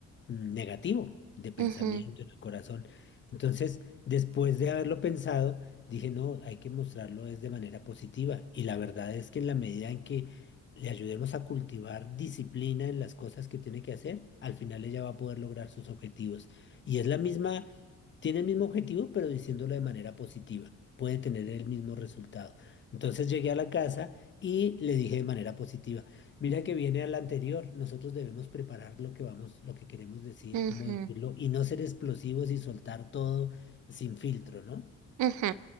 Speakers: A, on the left; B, on the right.
A: mm, negativo de pensamiento
B: Ujú,
A: en el corazón. Entonces, después de haberlo pensado, dije, no, hay que mostrarlo es de manera positiva. Y la verdad es que en la medida en que le ayudemos a cultivar disciplina en las cosas que tiene que hacer, al final ella va a poder lograr sus objetivos. Y es la misma, tiene el mismo objetivo, pero diciéndolo de manera positiva. puede tener el mismo resultado. Entonces llegué a la casa y le dije de manera positiva, mira que viene a la anterior, nosotros debemos preparar lo que vamos, lo que queremos decir,
B: ujú,
A: cómo decirlo y no ser explosivos y soltar todo sin filtro, ¿no?
B: ujú,